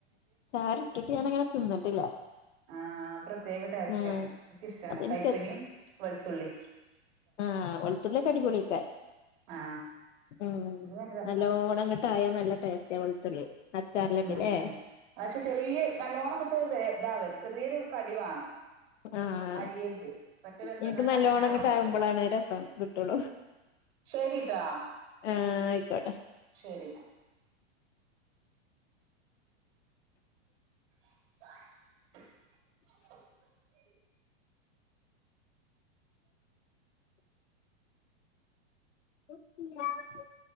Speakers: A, on the left; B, on the right.
A: ചാറിയിട്ടിട്ട് ഞാന അങ്ങനെ തിന്നിട്ടില്ല
B: ആഹ് പ്രത്യേക ടെസ്റ്റാണ്
A: ആ
B: എനിക്കിഷ്ടമാണ്
A: അതെനിക്ക്
B: കൈപ്പങ്ങയും വെളുത്തുള്ളിയും.
A: ആഹ് വളുത്തുള്ളിയൊക്കെ അടികൊളിക്ക
B: ആ
A: ഉം
B: ഇത് രസാ
A: നല്ല ഓണങ്ങിട്ടയാ നല്ല ടേസ്റ്റ് ആ വെളുത്തുള്ളി അച്ചാറിലൊക്കെല്ലേ
B: ഉം ഉം പക്ഷെ ചെറിയ നല്ലവണങ്ങിട്ട് വേ ഇതാ വരും ചെറിയൊരു കടിവണം
A: ആഹ്
B: അരിയരുത് മറ്റേ വെന്തങ്ങാണ്ട്
A: എനിക്ക് നല്ലോണംങ്ങട്ടാവുമ്പളാണ്
B: അങ്ങനെ ആവാൻ പാടില്ല
A: രസം കിട്ടുള്ളൂ
B: ശരിട്ടാ
A: ആഹ് ആയിക്കോട്ടെ
B: ശരിന്നാ <inaudible>
A: <unintelligible>